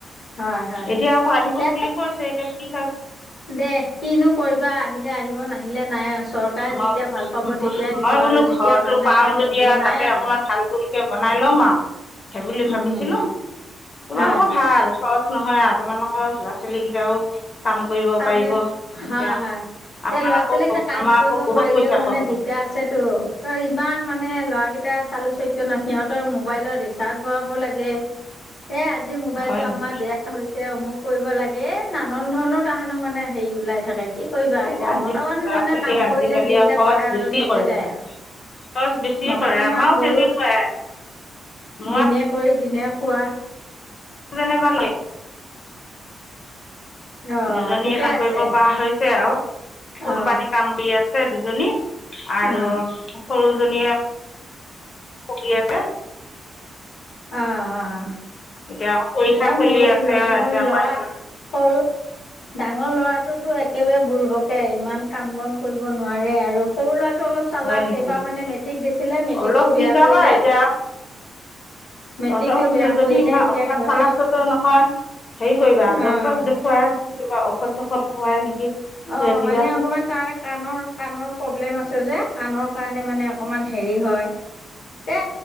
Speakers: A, on the left; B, on the left.
A: হয় হয়।
B: এতিয়া আকৌ আহিব
A: দে
B: বুলি কৈছে এতিয়া কি হয়?
A: দে। কিনো কৰিবা আহিলে আহিব! নাহিলে নাই আ। চৰকাৰে
B: মই
A: যেতিয়া ভাল পাব তেতিয়া দিব
B: মই বোলো
A: আৰু,
B: ঘৰতো
A: যেতিয়া ভাল নোপায়
B: পাওঁ যেতিয়া
A: নিদিয়ে
B: তাতে
A: নাই আৰু।
B: অকণমান ভাল ভুলকৈ বনাই ল'ম আও। সে বুলি
A: উম
B: ভাবিছিলো, তোমালোকৰ
A: হয়
B: ভাল সচ নহয় আ তোমালোকৰ ল'ৰা ছোৱালী কেইটাও কাম কৰিব
A: কামে
B: পাৰিব এতিয়া
A: হয় হয় এতিয়া
B: আমাৰ
A: ল'ৰা
B: আকৌ
A: ছোৱালী কেইটা কাম
B: আমাৰ
A: কৰিব
B: আকৌ বহুত
A: পাৰিলেও
B: পইচা
A: মানে
B: খৰচ
A: দিগদাৰ
B: হয়
A: আছেতো ইমান মানে মানে ল'ৰাকেইটা চালো চৰিত্ৰ ন, সিহঁতৰ মোবাইলৰ ৰিচাৰ্জ ভৰাব লাগে এ আজি মোবাইলটো
B: হয় নেকি
A: আমাৰ বেয়া হৈছে ছে অমোক কৰিব লাগে এ নানন ধৰণৰ তাহানো মানে হেৰি ওলাই থাকে কি কৰিবা
B: এই
A: এতিয়া
B: আজি
A: মতা মানুহজনে
B: ল'ৰা ছোৱালীয়ে
A: কাম
B: আজিকালি
A: কৰিলে যিকেইটা
B: আৰু খৰচ
A: পায় আৰু
B: বেছি
A: সেইকেইটাই
B: কৰে
A: আৱ
B: খৰচ বেছি
A: মতা
B: কৰে
A: মানুহে
B: আমাৰো
A: গৰু
B: তেনেকুৱাই মই
A: দিনে কৰি দিনে খোৱা
B: যেনেবা
A: অ
B: দুজনীয়ে
A: ঠিকে
B: কাম
A: আছে
B: কৰিব পাৰা হৈছে আৱ কোম্পানী
A: অ
B: কাম কৰি আছে সে দুজনী আৰু
A: অ
B: সৰুজনীয়ে পঢ়ি আছে।
A: অ অ <inaudible>
B: এতিয়া আকৌ পৰীক্ষা
A: এতিয়া
B: চলি
A: মোৰ
B: আছে
A: মোৰ
B: এতিয়া
A: ল'ৰা সৰু ডাঙৰ ল'ৰাটোতো একেবাৰে বুৰ্বকে ইমান কাম বন কৰিব নোৱাৰে আৰু সৰু ল'ৰা টো অলপ চালাক
B: হয় নেকি
A: এইবা মানে মেট্ৰিক দিছিলে মেট্ৰিক
B: অলপ
A: টো বেয়া
B: শিকাবা
A: কৰিলে
B: এতিয়া
A: মেট্ৰিকটো
B: অলপ
A: বেয়া
B: যদি
A: কৰিলে
B: ই
A: এতিয়া
B: অকমান
A: ঘৰতে
B: চালাক চৰিত্ৰৰ নহয় হেৰি কৰিবা
A: অঁ
B: ডক্তৰক দেখুৱাই কিবা ঔষধ চৌষদ খুৱাই নেকি
A: অ
B: দিবাচোন
A: মানে অকমান তাৰ কাণৰ কাণৰ প্ৰব্লেম আছে যে কাণৰ কাৰণে মানে অকমান হেৰি হয় এ